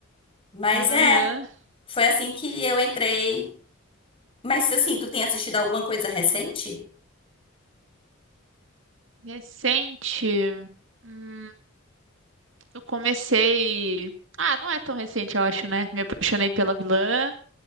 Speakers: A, on the left (about 25°); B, on the right (about 65°).
A: Mas
B: Aham.
A: é, foi assim que eu entrei. Mas assim, tu tem assistido alguma coisa recente?
B: Recente. Hum, eu comecei. Ah, não é tão recente, eu acho, né? Me apaixonei pela vilã.